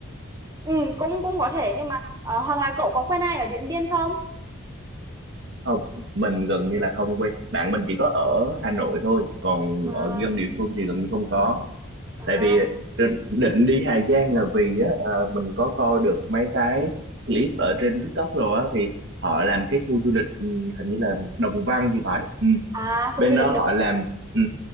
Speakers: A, on the right (about 15°); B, on the right (about 55°).
A: Ừ, cũng cũng có thể nhưng mà ờ, hoặc là cậu có quen ai ở Điện Biên không?
B: không mình gần như là không quen bạn mình chỉ có ở Hà Nội thôi còn
A: à
B: ở dân địa phương thì gần như không có
A: à
B: tại vì định, định đi Hà Giang là vì á à, mình có coi được mấy cái clip ở trên TikTok rồi á thì họ làm cái khu du lịch ừ, hình như là Đồng Văn thì phải ừ.
A: à khu
B: bên
A: du
B: đó
A: lịch
B: họ
A: Đồng
B: làm ừ,